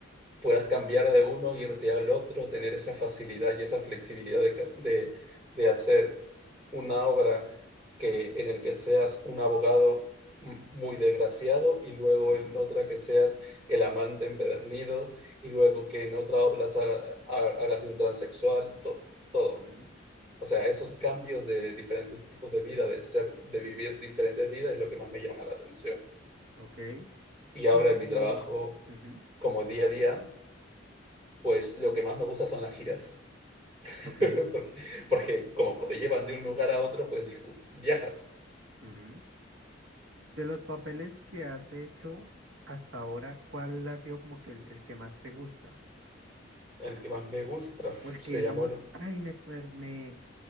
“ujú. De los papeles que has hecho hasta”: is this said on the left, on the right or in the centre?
Right